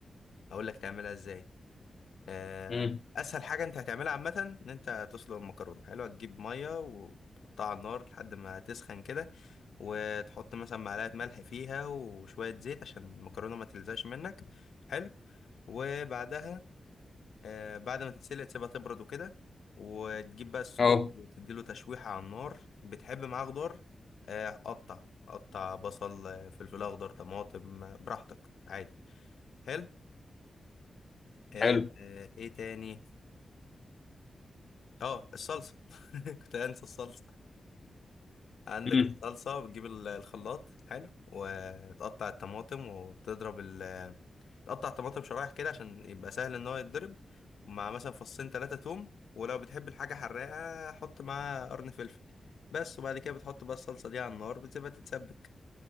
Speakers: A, on the left (about 85°); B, on the left (about 50°).
A: هقول لك تعملها إزاي آه،
B: امم
A: أسهل حاجة أنت هتعملها عامة إن أنت تسلق المكرونة حلو هتجيب مية وتحطها على النار لحد ما تسخن كده وتحط مثلا معلقة ملح فيها وشوية زيت عشان المكرونة ما تلزقش منك حلو وبعدها آه بعد ما تتسلق تسيبها تبرد وكده وتجيب بقى السجق
B: اه
A: وتديله تشويحة على النار بتحب معاه خضار آه قطع قطع بصل آه، فلفل أخضر طماطم آه، براحتك عادي حلو آه
B: حلو
A: آه إيه تاني اه الصلصة <laughs> كنت هنسى الصلصة عندك
B: امم
A: الصلصة بتجيب ال- الخلاط حلو وتقطع الطماطم وتضرب تقطع طماطم شرايح كده عشان يبقى سهل ان هو يتضرب ومع مثلا فصين ثلاثة توم ولو بتحب الحاجة حراقة حط معاها قرن فلفل بس وبعد كده بتحط بقى الصلصة دي على النار بتسيبها تتسبك